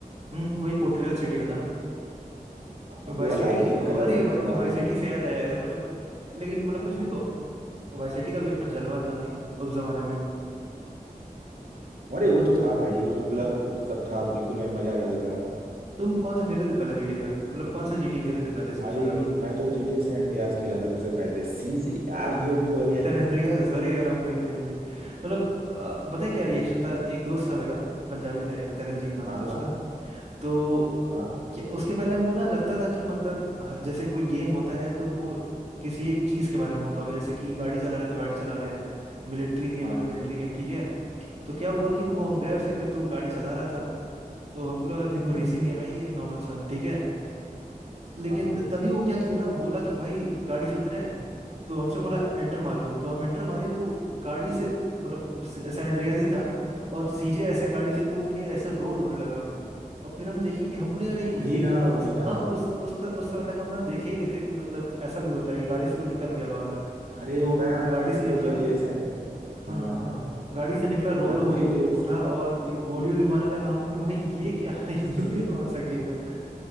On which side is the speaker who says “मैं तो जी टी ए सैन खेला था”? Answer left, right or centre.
Right